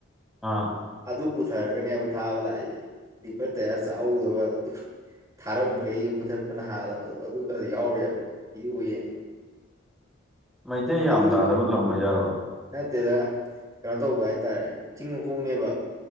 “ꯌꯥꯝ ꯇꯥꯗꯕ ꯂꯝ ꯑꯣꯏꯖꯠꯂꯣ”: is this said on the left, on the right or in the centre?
Centre